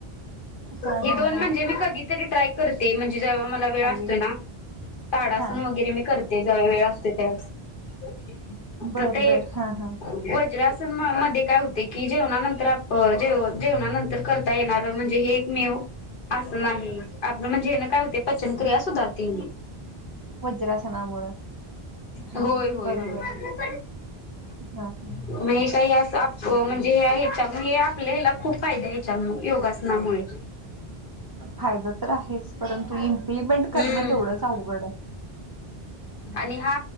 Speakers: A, on the right (about 40°); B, on the left (about 60°).
A: हा
B: हे
A: हा
B: दोन
A: हा
B: म्हणजे मी कधीतरी ट्राय करते. जेव मला वेळ
A: चालेल
B: असतोय ना. ताडासन
A: हा
B: वगैरे मी करते, जव वेळ असतेो त्यावेळे.
A: बर
B: तर ते
A: बर हा हा
B: वज्रासन मध्ये काय होत की जेवणानंतर आपे जेवणानंतर करता येणार ते. म्हणजे हे एक मेव असं नाही, आपण म्हणजे हे ना काय होते पचनक्रिया सुधारते.
A: वज्रासनामुळं हा
B: होय, होय, होय!
A: बरोबर
B: <unintelligible>
A: आहे हा हा
B: प <inaudible> मग हे काही असं, म्हणजेच्या आपल्या हला खूप फायदा याच्यामुळे योगासनम. ह्यामुळे.
A: फायदा तर आहेच परंतु इम्प्लिमेंट
B: हम्म
A: करणं तेवढंच अवघड आहे.
B: आणि हा